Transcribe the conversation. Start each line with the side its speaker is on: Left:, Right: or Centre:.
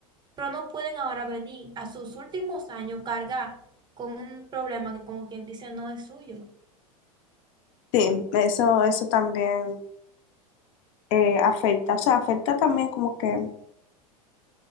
Right: Pero no pueden ahora venir a sus últimos años cargar con un problema que como quien dice no es suyo.
Left: Sí, eso, eso también eh, afecta, o sea, afecta también como que, o